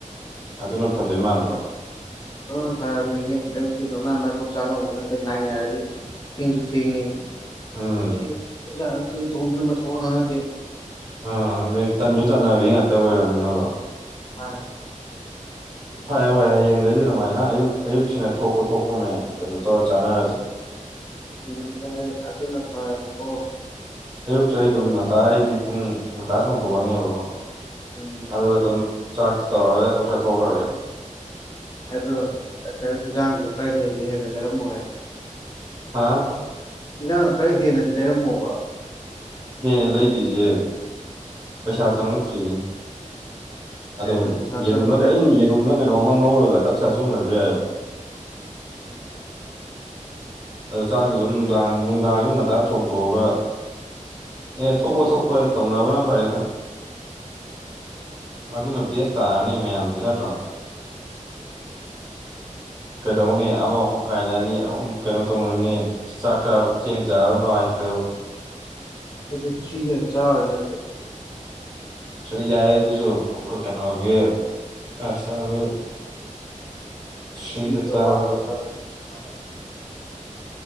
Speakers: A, on the right; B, on the left.
A: ꯑꯗꯨꯅ ꯐꯠꯇꯣꯏ ꯃꯥꯟꯗ꯭ꯔꯣ
B: ꯍꯣꯏ ꯐꯔꯝꯅꯤ ꯃꯤ ꯑꯌꯨꯛꯇꯤ ꯑꯗꯨꯃꯥꯏꯅ ꯃꯥꯏꯊꯧꯞ ꯆꯥꯅꯍꯧꯕ ꯅꯠꯇꯦ ꯉꯥꯏꯅꯔꯗꯤ ꯏꯦꯡꯁꯨ ꯊꯦꯡꯉꯤ
A: ꯎꯝ
B: ꯑꯩ ꯄꯖꯥ ꯀꯩ ꯊꯣꯡꯗꯨꯅ ꯃꯊꯧ ꯍꯥꯟꯅꯗꯦ
A: ꯑꯥ ꯑꯗꯩ ꯇꯟꯗꯨ ꯇꯥꯟꯟꯅꯕꯤ ꯉꯥꯛꯇ ꯑꯣꯏꯔꯕꯅꯤꯅꯀꯣ
B: ꯍ
A: ꯐꯔꯦ ꯐꯔꯦ ꯍꯌꯦꯡꯗꯒꯤꯩꯗꯤ ꯑꯗꯨꯃꯥꯏꯅ ꯑꯌꯨꯛ ꯑꯌꯨꯛꯁꯤꯅ ꯊꯣꯛꯄ ꯊꯣꯛꯄ ꯃꯌꯥꯝ ꯀꯩꯅꯣ ꯇꯧꯔ ꯆꯥꯟꯅꯔꯁꯦ
B: ꯎ ꯑꯗꯨ ꯑꯗꯨꯅ ꯐꯔꯃꯤ ꯀꯣ
A: ꯄꯆꯩ ꯑꯗꯨꯝ ꯉꯟꯇ ꯑꯩꯗꯤ ꯄꯨꯡ ꯉꯟꯇꯥ ꯊꯣꯡꯗꯣꯛꯑꯅꯦꯕ
B: ꯎꯝ
A: ꯑꯗꯨꯒ ꯑꯗꯨꯝ ꯆꯥꯛꯁ ꯇꯧꯔꯒ ꯇꯣꯛ ꯆꯥꯊꯣꯛꯈ꯭ꯔꯒꯦ
B: ꯑꯗꯣ ꯏꯟꯖꯥꯡꯗꯣ ꯈꯔ ꯍꯦꯗꯤ ꯍꯦꯟꯅ ꯂꯩꯔꯝꯃꯣꯏ
A: ꯍꯥꯥ
B: ꯏꯟꯖꯥꯡꯅ ꯈꯔ ꯍꯦꯟꯅꯗꯤ ꯂꯩꯔꯝꯃꯣꯕ
A: ꯍꯦꯟꯅ ꯂꯩꯗꯣꯏꯁꯦ ꯄꯩꯁꯥ ꯆꯪꯪꯂꯉꯛꯇ꯭ꯔꯤꯅꯤ ꯑꯗꯨꯝ
B: ꯑꯦ ꯅꯪ ꯄꯩꯁꯥ
A: ꯌꯦꯔꯨꯝꯅ
B: ꯆꯪꯉꯛꯇꯧ ꯂꯩꯕ꯭ꯔꯣ
A: ꯑꯩ ꯌꯦꯔꯨꯝꯅ ꯀꯩꯅꯣ ꯑꯃ ꯉꯧꯔꯒ ꯆꯥꯛ ꯆꯥ ꯁꯨꯝꯈ꯭ꯔꯁꯨ ꯌꯥꯏ
B: ꯍ
A: ꯑꯗꯨ ꯆꯥꯛꯁꯤꯁꯨ ꯑꯗꯨꯝ ꯅꯨꯡꯗꯥꯡ ꯅꯨꯡꯗꯥꯡ ꯑꯗꯨꯝ ꯉꯟꯇꯥ ꯊꯣꯡꯇꯣꯛꯑꯒ ꯑꯦ ꯊꯣꯛꯄ ꯊꯣꯛꯄ ꯇꯧꯅꯕꯅ ꯐꯔꯦꯗ ꯑꯗꯨꯅ ꯕꯦꯁ ꯇꯥꯔꯅꯤ ꯃꯌꯥꯝꯁꯨ ꯅꯠꯇ꯭ꯔꯣ ꯀꯩꯗ ꯍꯅꯤ ꯑ ꯅꯨꯡꯉꯥꯏꯅꯅꯤ ꯑ ꯀꯩꯅꯣ ꯇꯧꯅꯅꯤ ꯑꯁ ꯆꯥꯛ ꯆꯥꯕ ꯊꯦꯡ ꯆꯥ ꯅꯨꯡꯉꯥꯏꯇ꯭ꯔꯦꯕ
B: ꯑꯗꯨ ꯁꯤꯗ ꯆꯥ ꯑꯣꯏꯔꯖꯗꯦ
A: ꯁ ꯌꯥꯏꯌꯦ ꯑꯗꯨꯁꯨ ꯀꯩꯅꯣꯒꯤ ꯑꯁ ꯑꯗꯨ ꯐ꯭ꯔꯤꯗ
B: ꯁꯤꯤꯗ ꯔ
A: ꯆꯥꯕꯗꯣ
B: ꯋꯥꯟꯒ ꯃꯅ